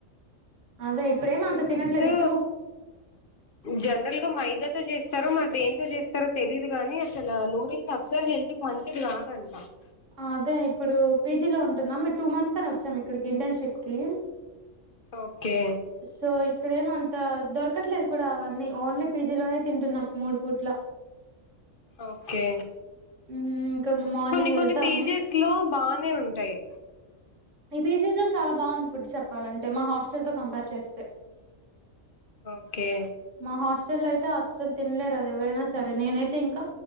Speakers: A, on the right; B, on the left.
A: అదే ఇప్పుడేం అంత
B: నూడిల్సూ
A: తినట్లేదు ఇటు
B: జనరల్గా మైదా తో చేస్తారో మరి దేంతో చేస్తారో తెలీదుగానీ అసలా నూడిల్స్ అస్సలు హెల్త్ కి మంచిది కాదండ్
A: అదే ఇప్పుడూ పీజిలో ఉంట్ టున్నం టూ మంత్స్ కని వచ్చాం ఇక్కడికి ఇంటార్న్షిప్ కీ
B: ఓకే
A: సో ఇక్కడేం అన్ తా దొరకట్లేదు కూడా అవన్నీ ఓన్లీ పీజీ లోనే తింటున్నాం మూడు పూట్లా.
B: ఓకే
A: మ్మ్ ఇంకా మార్నింగ్
B: కొన్ని కొన్ని
A: వెళ్తాము
B: పీజీస్ లో బానే ఉంటాయి.
A: ఈపీజీలో చాలా బాగుంది ఫుడ్ చెప్పాలంటే మా హాస్టల్ తో కంపేర్ చేస్తే.
B: ఓకే
A: మా హాస్టల్ లో అయితే అస్సల్ తిన్లేరు అది ఎవరైనా సరే నేనైతే ఇంకా.